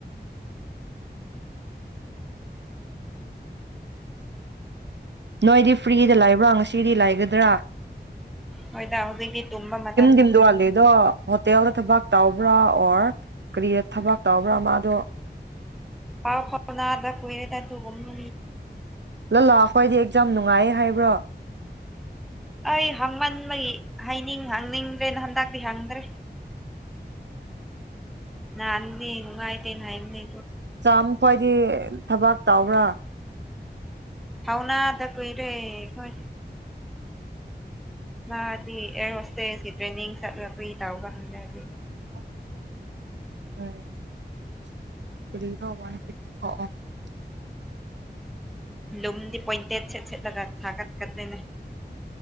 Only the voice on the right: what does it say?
ꯅꯣꯏꯗꯤ ꯐ꯭ꯔꯤꯗ ꯂꯥꯏꯕ꯭ꯔꯥ ꯉꯁꯤꯗꯤ ꯂꯥꯏꯒꯗ꯭ꯔꯥ
ꯗꯤꯝꯗꯣꯋꯥꯂꯤꯗꯣ ꯍꯣꯇꯦꯜꯗ ꯊꯕꯛ ꯇꯕ꯭ꯔꯥ ꯑꯣꯔ ꯀꯔꯤꯗ ꯊꯕꯛ ꯇꯕ꯭ꯔꯥ ꯃꯥꯗꯣ
ꯂꯥꯛ ꯑꯩꯈꯣꯏꯗꯤ ꯑꯦꯛꯖꯥꯝ ꯅꯨꯡꯉꯥꯏ ꯍꯥꯏꯕ꯭ꯔꯣ
ꯆꯥꯃ ꯈ꯭ꯋꯥꯏꯗꯤ ꯊꯕꯥꯛ ꯇꯥꯎꯕ꯭ꯔꯥ
ꯎꯝ <unintelligible>